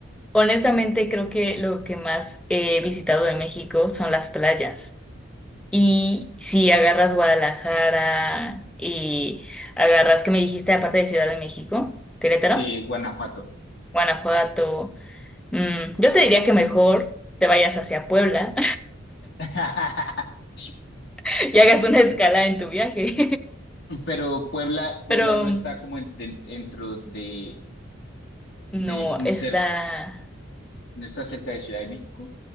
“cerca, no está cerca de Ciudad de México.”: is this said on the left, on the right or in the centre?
Left